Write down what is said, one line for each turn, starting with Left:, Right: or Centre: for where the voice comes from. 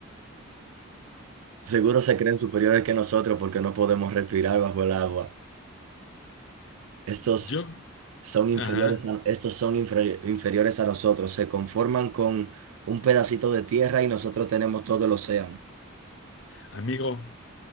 Right: Seguro se creen superiores que nosotros porque no podemos respirar bajo el agua. Estos
Left: Yo,
Right: son inferiores
Left: Ajá.
Right: a, estos son inferi- inferiores a nosotros. Se conforman con un pedacito de tierra y nosotros tenemos todo el océano.
Left: Amigo,